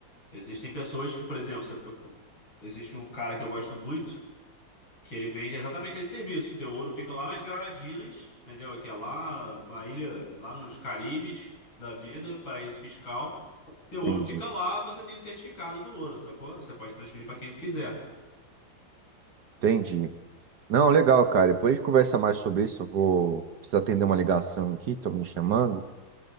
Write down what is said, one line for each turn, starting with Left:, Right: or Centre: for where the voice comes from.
Left: Existem pessoas que, por exemplo, você- eu- existe um cara que eu gosto muito, Que ele vende exatamente esse serviço. Teu ouro fica lá nas Granadinas, entendeu? Que é lá, uma ilha, lá nos Caribes da vida, paraíso fiscal. Teu ouro
Right: Entendi.
Left: fica lá, você tem o certificado do ouro, sacou? Você pode transferir para quem tu quiser.
Right: Entendi. Não, legal, cara. Depois a gente conversa mais sobre isso. Eu vou precisar atender uma ligação aqui, tô me chamando.